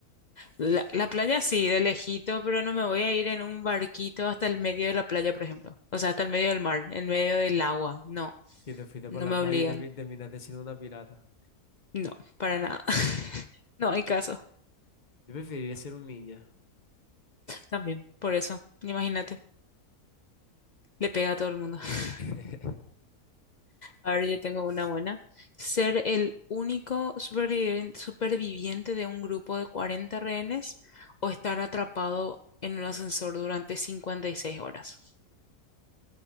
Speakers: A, on the left (about 70°); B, on the left (about 30°).
A: La, la playa sí, de lejito, pero no me voy a ir en un barquito hasta el medio de la playa, por ejemplo. O sea, hasta el medio del mar, en medio del agua. No,
B: que te fuiste
A: no
B: para la
A: me obligan.
B: playa y termi- terminaste siendo una pirata.
A: No, para nada. <laughs> No hay caso.
B: Yo preferiría ser un ninja.
A: También, por eso, imagínate. Le pega a todo el mundo. <laughs>
B: <laughs>
A: A ver, yo tengo una buena. Ser el único superviviente, superviviente de un grupo de 40 rehenes o estar atrapado en un ascensor durante 56 horas.